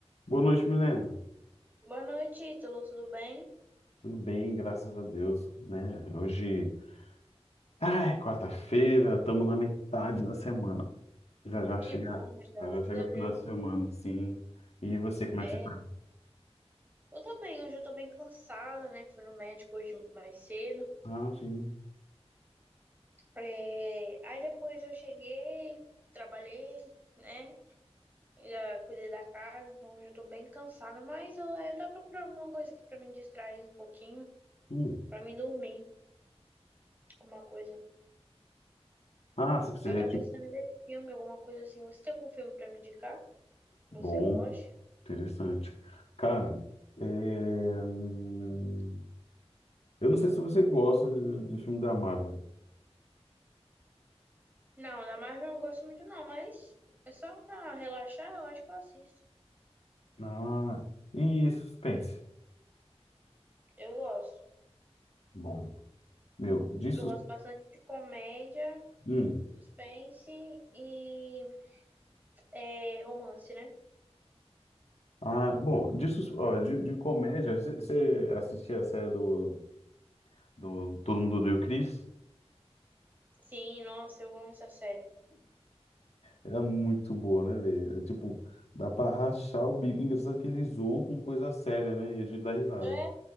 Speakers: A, on the left (about 70°); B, on the right (about 15°).
A: Boa noite, Milena.
B: Boa noite, Ítalo, tudo bem?
A: Tudo bem, graças a Deus, né? Hoje, ai, quarta-feira, estamos na metade da semana. Já já chega,
B: Que bom, né? graças
A: já já chega
B: a
A: o final
B: Deus.
A: de semana, sim. E você, como
B: É,
A: é que você tá?
B: eu tô bem, hoje eu tô bem cansada, né? Fui no médico hoje mais cedo.
A: Ah, sim.
B: É, aí depois eu cheguei, trabalhei, né? Ainda cuidei da casa, então hoje eu tô bem cansada, mas eu, é, eu tô procurando alguma coisa aqui pra me distrair um pouquinho,
A: Hum.
B: pra me dormir, alguma coisa.
A: Ah, você
B: Eu tô
A: é tipo,
B: pensando em ver filme, alguma coisa assim. Você tem algum filme pra me indicar?
A: bom,
B: Você gosta?
A: interessante. Cara, é, hum, eu não sei se você gosta de, de filme da Marvel.
B: Não, da Marvel eu não gosto muito não, mas é só pra relaxar, eu acho que eu assisto.
A: Ah, e suspense?
B: Eu gosto.
A: Bom, meu, de
B: Eu gosto bastante de comédia,
A: suspense.
B: suspense e é, romance, né?
A: Ah, bom, de, sus- ó, de, de comédia, você assistia a série do, do Todo Mundo Odeia o Chris?
B: Sim, nossa, eu amo essa série.
A: Era muito boa, né, velho? Tipo, dá pra rachar o bico. Engraçado que eles zoam com coisa séria, né? E a gente dá risada.
B: É,